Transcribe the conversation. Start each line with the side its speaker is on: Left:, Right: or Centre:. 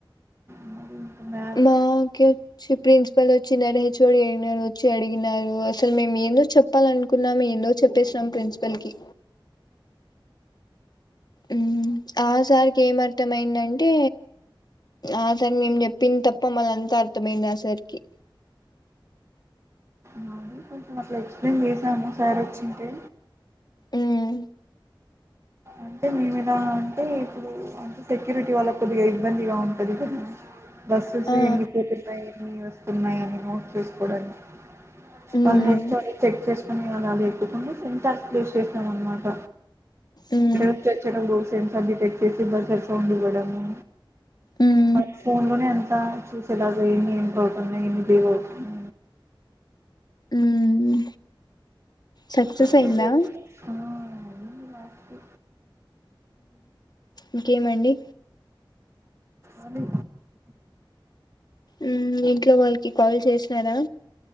Right: మరి ఇంకా మ్యాప్
Left: మా కె. ప్రిన్సిపల్ వొచ్చి హెచ్ఓడి వొచ్చు అడిగినారు అసలు మేము ఏందో చెప్పాలనుకున్నాం ఏందో చెప్పేసినం ప్రిన్సిపల్ కి. ఉమ్ ఆ సారికి ఏం అర్థమైందంటే, ఆ తన్ మేము చెప్పింది తప్ప మళ్ళ అంతా అర్థమయింది ఆసరికి.
Right: మాది కొంచెం అట్లా ఎక్సప్లేన్ చేశాము సార్ వచ్చింటే.
Left: ఉమ్
Right: అంటే మేమేలా అంటే, ఇప్పుడు అంటే సెక్యూరిటీ వాళ్ళ కొద్దిగా ఇబ్బందిగా ఉంటది గదా, బస్సెస్
Left: ఆ
Right: ఎంగిపోతున్నాయి ఎన్ని వస్తున్నాయి అన్నీ నోట్ చేసుకోవడానికి.
Left: ఉమ్
Right: వాళ్ళు ఎక్సపోట్ చెక్ చేసుకుని అలా లేపుకుని మం కల్పులేస్ చేసాం అన్నమాట.
Left: ఉమ్
Right: <unintelligible> సిటి బజర్ సౌండ్ ఇవ్వడము,
Left: ఉమ్
Right: మ ఫోన్ లోనే అంత, చూసేలాగా ఎన్ని ఏంట్రా అవుతున్నాయి ఎన్ని జోరో అవుతున్నా.
Left: ఉమ్ సక్సెస్
Right: సెక్కురీ
Left: అయిందా
Right: వొచ్చిందా ఆ. ఊ వాస్కి
Left: ఇంకేమండి
Right: అలీ
Left: ఊ ఇంట్లో వాళ్ళకి కాల్ చేసినారా